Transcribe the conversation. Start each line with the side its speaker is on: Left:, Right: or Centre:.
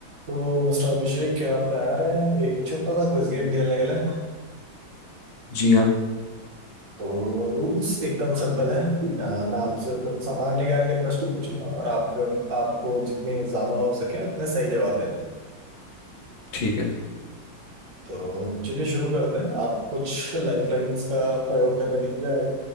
Right: तो मिस्टर अभिषेक क्या आप तैयार हैं एक छोटा सा क्विज गेम खेलने के लिए
Left: जी हाँ
Right: तो रूल्स एकदम सिंपल है अ, मैं आपसे कुछ सामान्य ज्ञान के प्रश्न पूछूंगा और आपको आपको जितने ज्यादा हो सके उतने सही जवाब देने हैं
Left: ठीक है
Right: तो चलिए शुरू करते हैं आप कुछ लाइफ लाइंस का प्रयोग करने दिख जाएगा